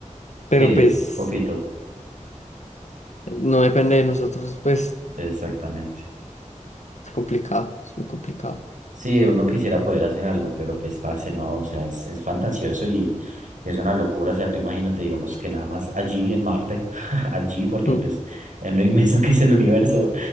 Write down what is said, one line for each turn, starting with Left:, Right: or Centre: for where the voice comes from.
Left: Pero
Right: Sí,
Left: pues
Right: un poquito,
Left: no depende de nosotros, pues
Right: exactamente.
Left: es complicado, es muy complicado.
Right: Sí, uno quisiera poder hacer algo, pero pues, parce, no, o sea, es, es fantasioso y es una locura, o sea, tú imagínate, digamos, que nada más allí en Marte, <laughs> allí, porque
Left: Mm.
Right: pues, en lo inmenso que es el universo,